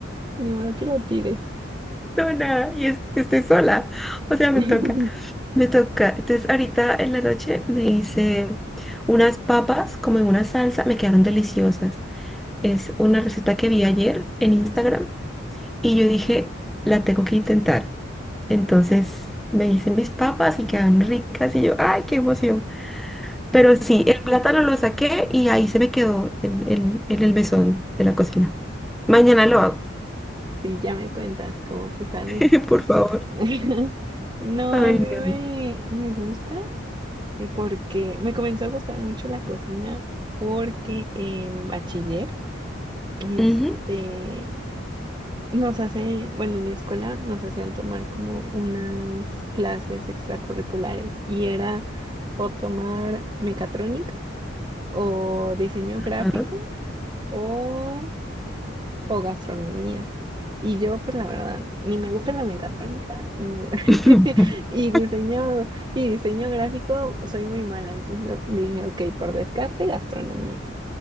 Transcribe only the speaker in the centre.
<laughs> no nada y es- estoy sola. O sea,
me toca, me toca. Entonces ahorita en la noche me hice unas papas como en una salsa, me quedaron deliciosas. Es una receta que vi ayer en Instagram Y yo dije, la tengo que intentar. Entonces me hice mis papas y quedaron ricas y yo, ay, qué emoción. Pero sí, el plátano lo saqué y ahí se me quedó en, en- en el mesón de la cocina. Mañana lo hago,
<laughs> por favor.
Ay,
no.
Ujú.
Ajá.
<laughs>